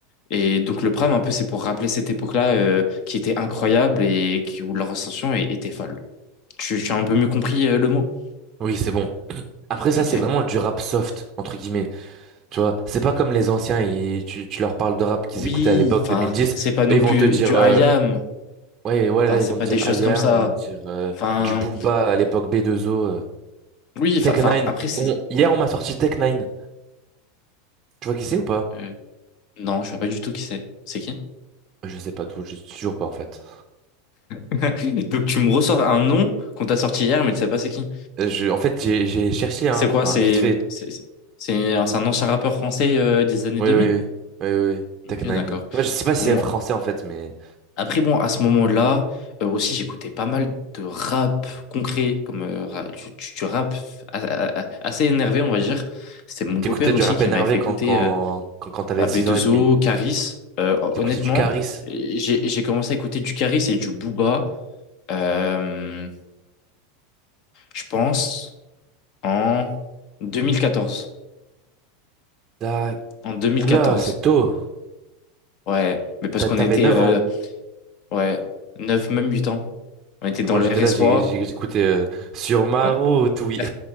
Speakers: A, on the left (about 50°); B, on the right (about 25°).
A: et donc le Pram, un peu, c'est pour rappeler cette époque-là euh, qui était incroyable et qui, où leur ascension é- était folle. Tu, tu as un peu mieux compris euh, le mot?
B: Oui, c'est bon. <clears throat> Après ça,
A: Ok.
B: c'est vraiment du rap soft, entre guillemets. Tu vois, c'est pas comme les anciens, ils- tu, tu leur parles de rap qu'ils
A: Oui,
B: écoutaient à l'époque
A: enfin,
B: 2010,
A: c'est pas non
B: et ils
A: plus
B: vont te dire,
A: du I
B: euh,
A: am,
B: ouais, ouais,
A: enfin,
B: là,
A: c'est
B: ils vont
A: pas
B: te dire
A: des choses
B: IAM,
A: comme ça.
B: ils vont te dire euh,
A: Enfin,
B: du Booba à l'époque B2O. euh.
A: Oui, enfin,
B: Tech
A: enfin,
B: 9.
A: après, c'est.
B: On- Hier, on m'a sorti Tech 9. Tu vois qui c'est ou pas?
A: euh, non, je vois pas du tout qui c'est. C'est qui?
B: Je sais pas tout, je sais toujours pas en fait.
A: <laughs> Donc, tu me ressors un nom qu'on t'a sorti hier, mais tu sais pas c'est qui.
B: Euh, Je, en fait, j'ai j'ai cherché, hein,
A: C'est quoi?
B: enfin,
A: C'est
B: vite fait.
A: c'est c'est un c'est un ancien rappeur français euh, des années
B: Oui,
A: deux
B: oui,
A: mille.
B: oui, oui, oui, oui. Tech
A: Ok,
B: 9.
A: d'accord.
B: Tu vois, Je sais pas
A: Bon,
B: si c'est français en fait, mais.
A: après, bon, à ce moment-là, euh, aussi, j'écoutais pas mal de rap concret, comme euh, ra- du, du- du rap a- a- a- assez énervé, on va dire. C'était mon beau-père
B: T'écoutais du
A: aussi
B: rap
A: qui
B: énervé
A: m'avait fait écouter
B: quand, quand,
A: euh,
B: quand, quand t'avais
A: Bah,
B: 6
A: B2O,
B: ans et demi.
A: Caris. Euh,
B: T'écoutais
A: honnêtement,
B: du Caris.
A: j'ai j'ai commencé à écouter du Caris et du Booba, euh, je pense, en 2014.
B: T'as-
A: En deux mille
B: Oula,
A: quatorze.
B: c'est tôt.
A: Ouais, mais parce
B: T'a-
A: qu'on
B: T'avais
A: était
B: 9
A: euh,
B: ans.
A: ouais, neuf, même 8 ans. On était dans
B: Et moi,
A: le
B: j'étais
A: RS3.
B: là, j'ai- j'ai- j'écoutais euh, Sur ma
A: Ouais.
B: route, oui.
A: <laughs>